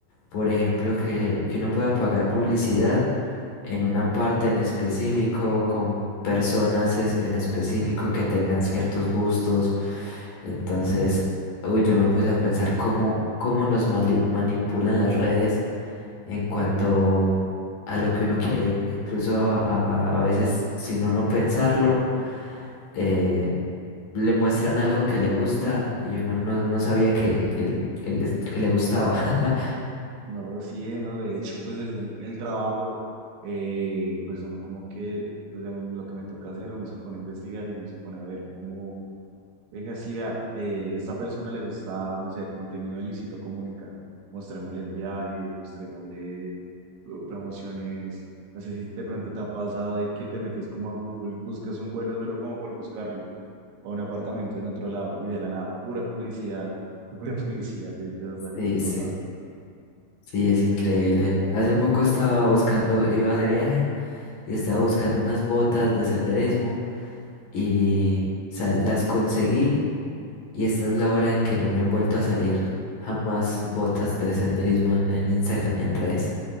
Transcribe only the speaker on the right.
No, sí, no, de hecho, pues en el trabajo, eh, pues uno como que, pues en lo que me toca hacer, uno se pone a investigar y uno se pone a ver cómo, oiga, si vea, eh, esta persona le gusta, no sé, el contenido de Luisito Comunica, mostrémosles viajes, mostrémosle pro- promociones, no sé si de pronto te ha pasado de que te metes como a Google, buscas un vuelo solo como por buscarlo, o un apartamento en otro lado, y de la nada, pura publicidad, <laughs> pura publicidad te, te va a salir
en todo
lado.